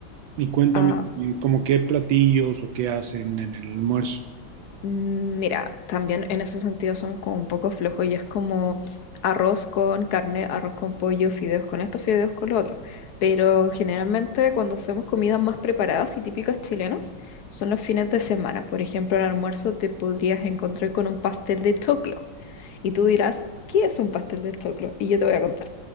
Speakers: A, on the right (about 75°); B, on the left (about 65°).
A: y cuéntame,
B: Ah,
A: eh, como qué platillos o qué hacen en el almuerzo?
B: Mm, Mira, también en ese sentido somos como un poco flojos y es como arroz con carne, arroz con pollo, fideos con esto, fideos con lo otro. Pero generalmente cuando hacemos comidas más preparadas y típicas chilenas son los fines de semana. Por ejemplo, al almuerzo te podrías encontrar con un pastel de choclo y tú dirás, ¿qué es un pastel de choclo? Y yo te voy a contar.